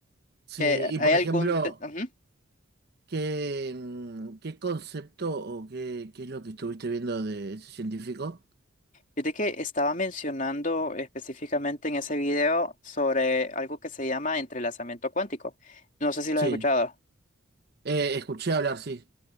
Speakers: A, on the right; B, on the left.
A: Sí,
B: que
A: y
B: hay
A: por
B: algún...
A: ejemplo,
B: te- ujú.
A: ¿qué, mm, qué concepto o qué, qué es lo que estuviste viendo de ese científico?
B: Fíjate que estaba mencionando específicamente en ese video sobre algo que se llama entrelazamiento cuántico. No sé si lo
A: Sí,
B: has escuchado.
A: Eh, escuché hablar, sí,